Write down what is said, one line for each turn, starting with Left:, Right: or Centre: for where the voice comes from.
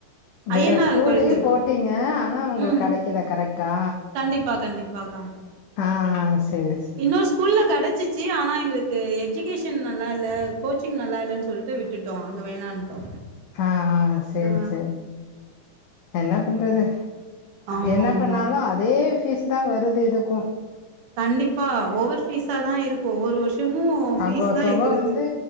Left: வேற
Right: ஐயனார்
Left: ஸ்கூல்லயு
Right: கோயில் தெரு
Left: போட்டீங்க ஆனா உங்களுக்கு
Right: ம்
Left: கடைக்கல கரெக்டா
Right: கண்டிப்பா கண்டிப்பாக்கா
Left: ஆ சரி
Right: இன்னொரு ஸ்கூல்ல கடச்சிட்டு சு ஆனா எங்களுக்கு எஜுகேஷன் நல்லா இல்ல கோச்சிங் நல்லா இல்லன்னு சொல்ட்டு விட்டுட்டோ அங்க வேணாட்டோ
Left: ஆ சேரி
Right: ஆ
Left: சேரி என்ன பண்றது
Right: ஆமா
Left: என்ன
Right: ஆமா
Left: பண்ணாலு அதே பீஸ் தா வருது இதுக்கு
Right: கண்டிப்பா ஓவர் பீஸா தா இருக்கு ஒவ்வொரு வருஷமு
Left: அங்க
Right: ஃபீஸ்
Left: ஒருத்தவங்க
Right: தா எகுறுது
Left: வந்து